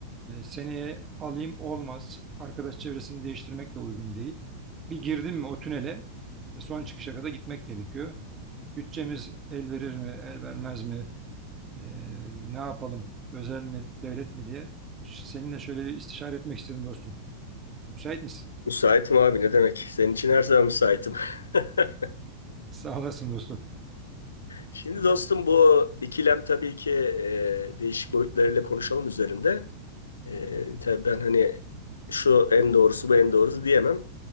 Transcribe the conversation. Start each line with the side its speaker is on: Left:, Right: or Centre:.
Right: e, seneye alayım olmaz. Arkadaş çevresini değiştirmek de uygun değil. Bir girdim mi o tünele e, son çıkışa kadar gitmek gerekiyor. Bütçemiz el verir mi, el vermez mi? E, ne yapalım, özel mi, devlet mi diye seninle şöyle bir istişare etmek istedim dostum. Müsait misin?
Left: Müsaitim abi ne demek? Senin için her zaman müsaitim. <laughs>
Right: Sağ olasın dostum.
Left: Şimdi dostum bu ikilem tabii ki e, değişik boyutlarıyla konuşalım üzerinde. E, tabii ben hani şu en doğrusu bu en doğrusu diyemem.